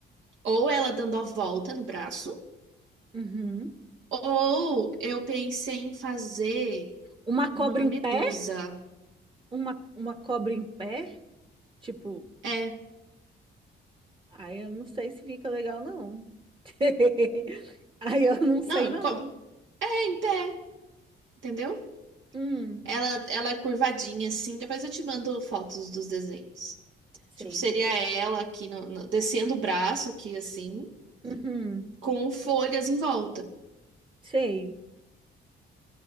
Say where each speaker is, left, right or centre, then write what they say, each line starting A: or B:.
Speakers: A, on the right; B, on the right.
A: ou ela dando a volta no braço,
B: Uhum.
A: ou eu pensei em fazer
B: Uma cobra
A: uma
B: em
A: medusa.
B: pé? Uma, uma cobra em pé? Tipo,
A: É,
B: aí eu não sei se fica legal, não. <laughs> Aí eu não sei,
A: não,
B: não.
A: co- é em pé, entendeu?
B: Hum,
A: Ela, ela é curvadinha, assim. Depois eu te mando fotos dos desenhos.
B: sei.
A: Tipo, seria ela aqui, no- no- descendo o braço aqui, assim,
B: Uhum,
A: com folhas em volta.
B: sei.